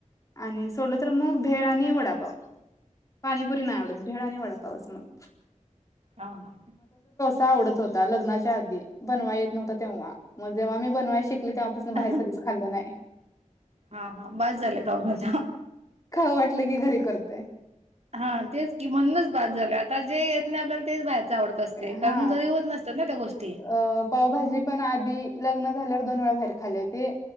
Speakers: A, on the left; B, on the right.
A: आणि सोडल तर मग भेळ आणि वडापाव पाणीपुरी नाही आवडत भेळ आणि वडपाव मग <inaudible>
B: हा हा
A: आवत होता लग्नाच्या आधी बनवाय येत नव्हता तेव्हा मग जेव्हा मी बनवा शिक तेवपासून बाहेर
B: हा
A: कधीच खाल्लं नाही
B: हा हा बस झालं ख माझ
A: ख वाटलं की घरी करते
B: हा तेच की म्हणूनच बाद झाले ता जे येत नाही आपल्याला तेच बाहे आवडत असते
A: हा
B: कारण घरी होत नसतात ना त्या गोष्ट
A: अ पावभाजी पण आधी लग्न झाल्यावर दोन वे ा हो